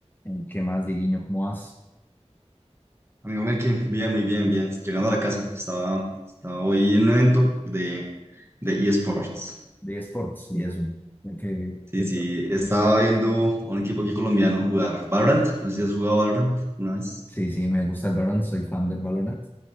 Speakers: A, on the left; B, on the right.
A: Eh, ¿Qué más, Dieguiño? ¿Cómo vas?
B: Amigo Melkin, bien, muy bien, bien. Llegando a la casa, estaba, estaba hoy en un evento de, de eSports.
A: De esports y eso. ¿De qué-
B: Sí,
A: qué-
B: sí, estaba viendo a un equipo aquí colombiano jugar Valorant. No sé si has jugado Valorant una vez.
A: Sí, sí, me gusta el Valorant, soy fan del Valorant.